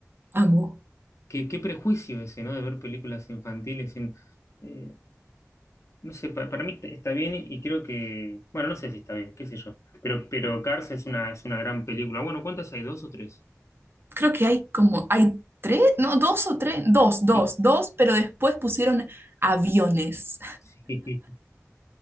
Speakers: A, on the right; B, on the left.
A: amo.
B: que- qué prejuicio ese, ¿no? De ver películas infantiles. En, eh, no sé, pa- para, mí está, está bien y creo que, bueno, no sé si está bien, qué sé yo. Pero, pero Cars es una, es una gran película. Bueno, ¿cuántas hay? ¿Dos o tres?
A: Creo que hay como, hay tres, no, dos o tres, dos, dos,
B: Dos. <laughs>
A: dos, pero después pusieron aviones.
B: Sí.